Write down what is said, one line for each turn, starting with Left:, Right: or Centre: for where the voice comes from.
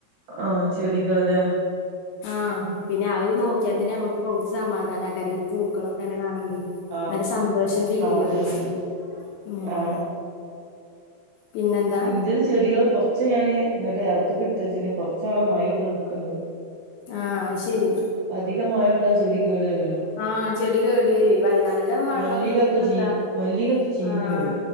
Right: ആഹ് ചെടികൾല്ലേ
Left: ആഹ്
Right: ഉം
Left: പിന്നെ അഹ് നോക്കിയാത്തന്നെ
Right: ഉം
Left: നമക്ക് പൗതി സമാധാനാകാര് ഈ പൂക്കളൊക്കെന്നെ കാണ്പേ
Right: ആ
Left: നല്ല സന്തോഷം ഫീൽയ്യലോ
Right: ആ അതന്നെ അതന്നെ
Left: ഉം
Right: ആ
Left: പിന്നെന്താ
Right: ഇന്റെൽ ചെടികൾ കൊ ച്ച ഞാന് ഇങ്ങട്ട് എറത്തക് എടുത്ത് വച്ചിന് കുറച്ടെ മഴ കൊണ്ട് നിക്ണ്ട്
Left: ആഹ് ശരി
Right: പ്പധികം മയൊണ്ട ചെടി കേട് രൊല്ലോ
Left: ആഹ് ചെടി കേടി വരു നല്ല വെള്ളം
Right: മല്ലികൊക്കെ
Left: എന്താ
Right: ചീ മല്ലികൊക്കെ ചീഞ്ഞു
Left: ആഹ്
Right: പോയി